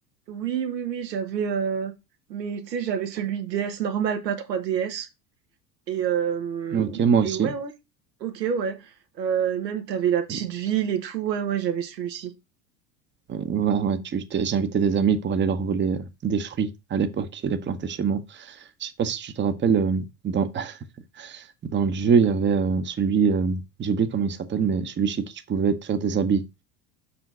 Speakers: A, on the right; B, on the right.
A: Oui, oui, oui, j'avais, euh, mais tu sais, j'avais celui DS normal, pas 3DS. Et, euh,
B: Ok, moi
A: et
B: aussi.
A: ouais, ouais. Ok, ouais. Euh, et même, t'avais la petite
B: Je,
A: ville et tout. Ouais, ouais, j'avais celui-ci.
B: Euh, Ouais, ouais, tu, t'es- j'invitais des amis pour aller leur voler euh, des fruits à l'époque et les planter chez moi. Je sais pas si tu te rappelles, euh, dans, <laughs> dans le jeu, il y avait euh, celui, euh, j'ai oublié comment il s'appelle, mais celui chez qui tu pouvais te faire des habits.